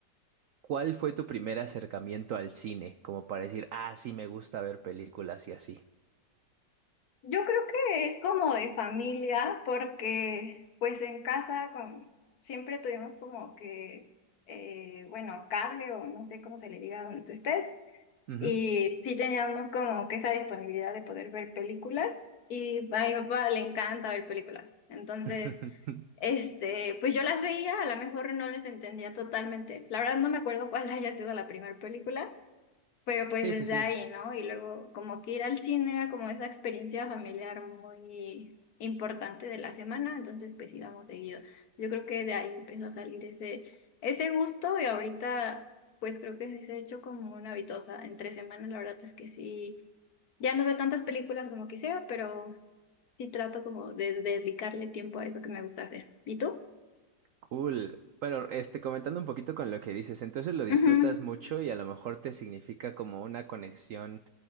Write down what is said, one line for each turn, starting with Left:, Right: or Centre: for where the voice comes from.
Right: ¿cuál fue tu primer acercamiento al cine? Como para decir, ah, sí me gusta ver películas y así.
Left: Yo creo que es como de familia, porque pues en casa con, siempre tuvimos como que, eh, bueno, cable o no sé cómo se le diga donde tú estés,
Right: Ujú.
Left: y sí teníamos como que esa disponibilidad de poder ver películas, y a mi papá le encanta ver películas, entonces...
Right: <laughs>
Left: Este, pues yo las veía, a lo mejor no les entendía totalmente. La verdad no me acuerdo cuál <laughs> haya sido la primera película, pero pues
Right: Sí,
Left: desde
Right: sí, sí.
Left: ahí, ¿no? Y luego como que ir al cine era como esa experiencia familiar muy importante de la semana, entonces pues íbamos seguido. Yo creo que de ahí empezó a salir ese, ese gusto y ahorita pues creo que sí se ha hecho como una habitosa. Entre semanas la verdad es que sí, ya no veo tantas películas como quisiera, pero sí trato como de dedicarle tiempo a eso que me gusta hacer. ¿Y tú?
Right: Cool. Pero este, comentando un poquito con lo que dices, entonces lo disfrutas
Left: Ujú.
Right: mucho y a lo mejor te significa como una conexión